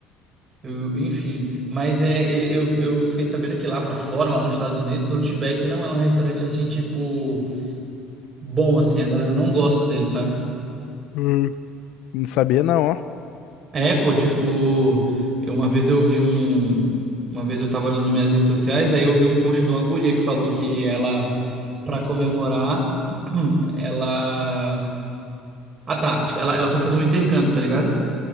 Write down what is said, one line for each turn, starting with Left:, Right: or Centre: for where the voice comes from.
Right: Eu- enfim, mas é ele eu, eu fiquei sabendo que lá pra fora, lá nos Estados Unidos, o Outback não é um restaurante assim, tipo, bom assim, a galera não gosta dele, sabe?
Left: Hum. Não sabia não, ó.
Right: É, pô, tipo, eu- uma vez eu vi um. Uma vez eu tava olhando minhas redes sociais, aí eu vi um post de uma guria que falou que ela, pra comemorar, <clears throat> ela. Ah, tá. Tipo, ela, ela foi fazer um intercâmbio, tá ligado?